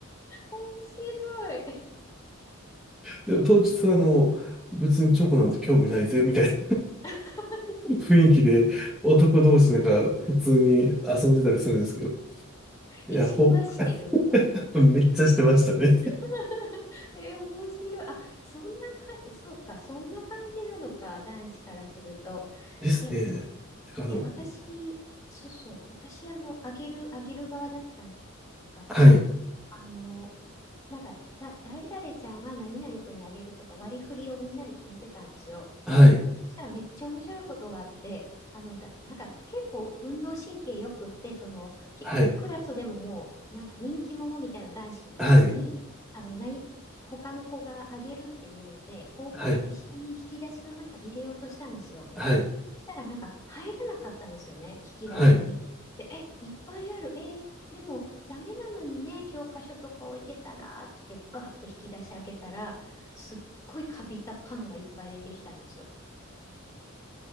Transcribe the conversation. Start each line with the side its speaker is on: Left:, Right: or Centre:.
Left: 面白い。
Centre: でも当日はあの、別にチョコなんて興味ないぜ、
Left: うん
Centre: みたいな
Left: <laughs>
Centre: <laughs> 雰囲気で男同士なんか普通に遊んでたりするんですけど、いや、
Left: 意識はしてるみたいな。
Centre: ほ、<laughs> めっちゃしてましたね。
Left: <laughs> え面白い。あ、そんなか、そうか、そんな感じなのか、男子からすると。
Centre: ですね。
Left: え、
Centre: てかあの、
Left: え、私、そうそう、私、あの、あげる、あげる側だったから、
Centre: はい、
Left: あの、なんか、だ、誰々ちゃんは何々君にあげるとか割り振りをみんなで決めてたんですよ。
Centre: はい、
Left: でそしたらめっちゃ面白いことがあって、あの、だ、なんか結構運動神経よくって、その、き、
Centre: はい、
Left: クラスでももう、なんか人気者みたいな男子に、
Centre: はい、
Left: に、あの、ない、他の子があげるっていうので、放課後一緒に引き出しの中入れようとしたんですよ。
Centre: はい、はい、
Left: そしたらなんか入らなかったんですよね、引き出しに。
Centre: はい。
Left: で、え、いっぱいある、えーでもダメなのにね、教科書とか置いてたらって言ってガーって引き出し開けたら、すっごいカビたパンがいっぱい出てきたんですよ。